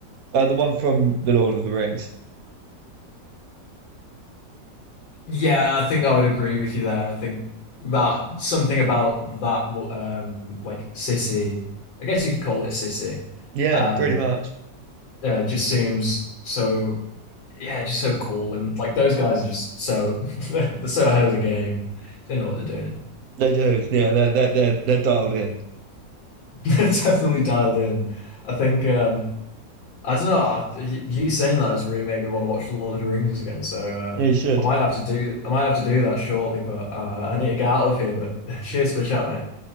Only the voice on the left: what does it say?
Yeah, I think I would agree with you there. I think that something about that w- um like city, I guess you could call it a city,
um
uh, just seems so yeah, just so cool and like those guys are just so <laughs> they're so ahead of the game. They know what they're doing.
<laughs> They're definitely dialed in. I think um I don't know. I, you, you saying that has really made me want to watch The Lord of the Rings again. So uh,
I might have to do I might have to do that shortly. But uh, I need to get out of here. But <laughs> cheers for the chat, mate.